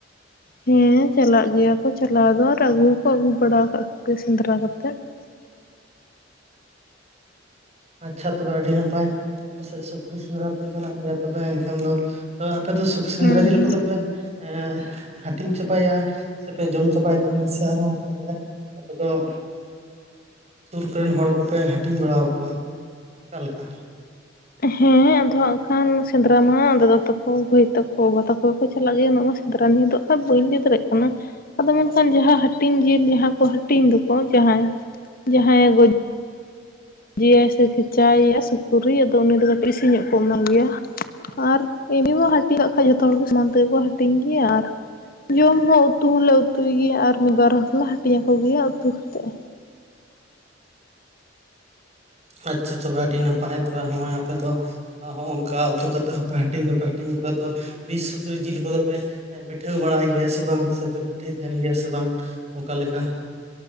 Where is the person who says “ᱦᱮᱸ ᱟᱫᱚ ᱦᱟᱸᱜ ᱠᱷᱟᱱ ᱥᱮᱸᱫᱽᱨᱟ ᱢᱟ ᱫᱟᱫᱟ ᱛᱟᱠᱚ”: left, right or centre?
Left